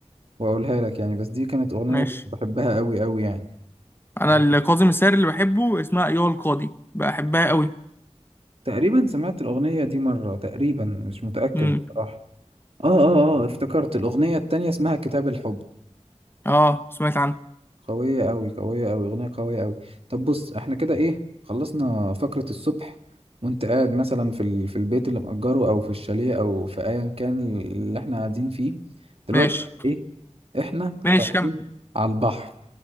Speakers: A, on the right; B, on the left.
A: واقولها لك يعني بس دي كانت اغنية
B: ماشي
A: كنت بحبها قوي قوي يعني
B: انا
A: أه
B: الكاظم الساهر اللي بحبه اسمها ايها القاضي بحبها قوي
A: تقريبا سمعت الاغنية دي مرة تقريبا مش متأكد
B: امم
A: بصراحة اه اه اه افتكرت الاغنية التانية اسمها كتاب الحب
B: اه سمعت عنها
A: قوية أوي قوية أوي أغنية قوية أوي طب بص احنا كده ايه خلصنا فقرة الصبح وانت قاعد مثلا في ال... في البيت اللي مأجره أو في الشاليه أو في أيا كان اللي احنا قاعدين فيه دلوقتي
B: ماشي
A: بقى ايه احنا
B: ماشي
A: رايحين
B: كمل
A: على البحر